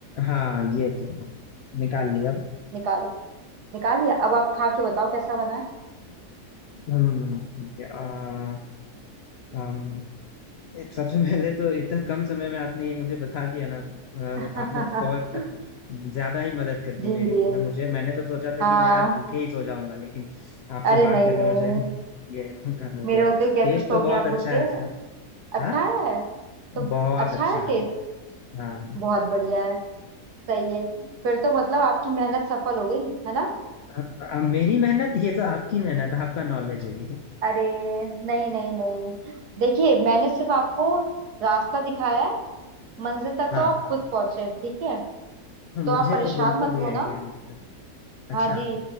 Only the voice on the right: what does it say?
निकालो निकालिए अब आप खा के बताओ कैसा बना
है <laughs>
जी
जी
हाँ
अरे
नहीं
नहीं
मेरे
होते हुए कैसे
सो
गया आप
भूखे
अच्छा
है तो
अच्छा
है
टेस्ट
बहुत बढ़िया है सही है फिर तो मतलब आपकी मेहनत सफल हो गई है ना
अरे नहीं नहीं नहीं देखिए मैंने सिर्फ आपको रास्ता दिखाया है मंजिल तक
तो आप खुद पहुंचे ठीक है
तो आप परेशान
मत
होना
हाँ जी